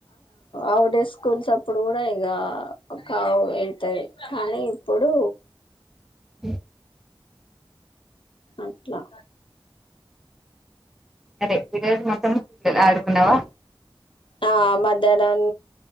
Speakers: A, on the left; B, in the centre.
A: అవుట్ డే స్కూల్స్ అప్పుడు కూడా ఇక కవు అతాయి కానీ ఇప్పుడు
B: అ
A: అట్లా
B: అరే ఈ రోజు మొత్తం ఆడుకున్నావా
A: ఆ మధ్యాహనం